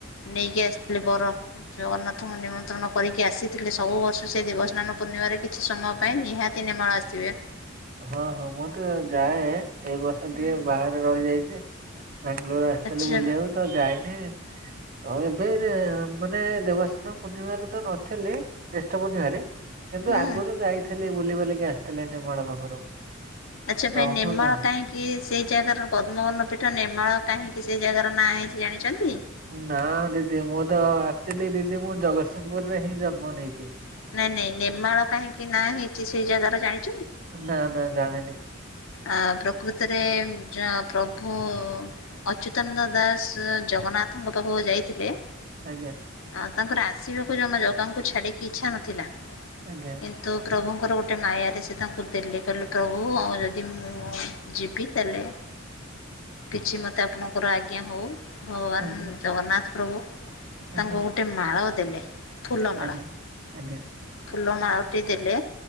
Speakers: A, on the left (about 70°); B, on the right (about 45°).
A: ନେଇକି ଆସିଥିଲି ବର ଜଗନ୍ନାଥଙ୍କୁ ନିମନ୍ତ୍ରଣ କରିକି ଆସିଥିଲେ ସବୁ ବର୍ଷ ସେ ଦେବସ୍ନାନ ପୂର୍ଣ୍ଣିମାରେ କିଛି ସମୟ ପାଇଁ ନିହାତି ନିର୍ମଳ ଆସିିଥି
B: ହଁ ହଁ ମୁଁ ତ ଯାଏ ଏଇ ବର୍ଷ
A: ହୁଁ
B: ଟିକେ ବାହାରେ ରହିଯାଇଚି। ବାଙ୍ଗାଲୋର ଆସିଲେ
A: ଆଚ୍ଛା
B: ବୁଲିବାକୁ
A: ହୁଁ
B: ତ ଯାଇନି। ଆଉ ଏବେ ମାନେ ଦେବସ୍ନାନ ପୂର୍ଣ୍ଣିମାରେ ତ ନଥିଲି। ଜ୍ୟେଷ୍ଠ ପୁର୍ଣିମାରେ କିନ୍ତୁ
A: ହୁଁ
B: ଆଗରୁ ଯାଇଥିଲି ବୁଲି ବାଲିକି ଆସିଥିଲେ ନିର୍ମଳ ପାଖରୁ।
A: ଆଛା
B: ପ୍ରଭୁ
A: ଭାଇ ନିର୍ମାଳ
B: ଦା
A: କାହିଁକି ସେଇ ଜାଗାରେ ପଦ୍ମବନ ପୀଠ ନିର୍ମାଳ କାହିଁକି ସେ ଜାଗାର ନାଁ ହେଇଚି ଜାଣିଚନ୍ତି?
B: ନା ଦିଦି ମୁଁ ତ ଆକଚାଲି ଦିଦି ମୁଁ ଜଗତସିଂହପୁରରେ ହିଁ ଜନ୍ମ ନେଇଚି।
A: ନାଇଁ ନାଇଁ ନିର୍ମାଳ କାହିଁକି ନା ହେଇଚି ସେ ଜାଗାର ଜାଣି
B: ନା ନା ଜାଣିନି।
A: ଆ ପ୍ରକୃତରେ ପ୍ରଭୁ ଅଚ୍ୟୁତାନନ୍ଦ ଦାସ ଜଗନ୍ନାଥଙ୍କ ପାଖକୁ ଯାଇଥିଲେ?
B: ଆଜ୍ଞା।
A: ଆଉ ତାଙ୍କର ଆସିବାକୁ ଜମା ଜଗାଙ୍କୁ ଛାଡିକି ଇଚ୍ଛା ନଥିଲା
B: ଆଜ୍ଞା
A: କିନ୍ତୁ ପ୍ରଭୁ ତାଙ୍କର ଗୋଟେ ମାୟାରେ ସେ ତାଙ୍କୁ ଦେଲେ କହିଲେ ପ୍ରଭୁ ଯଦି ମୁଁ ଯିବି ତାଲେ କିଛି ମୋତେ ଆପଣଙ୍କର ଆଜ୍ଞା ହେଉ। ଭଗବାନ
B: ଆଜ୍ଞା
A: ଜଗନ୍ନାଥ ପ୍ରଭୁ। ତାଙ୍କୁ
B: ଆଜ୍ଞା
A: ଗୋଟେ ମାଳ ଦେଲେ ଫୁଲ ମାଳ।
B: ଆଜ୍ଞା। ଆଜ୍ଞା
A: ଫୁଲ ମାଳଟି ଦେଲେ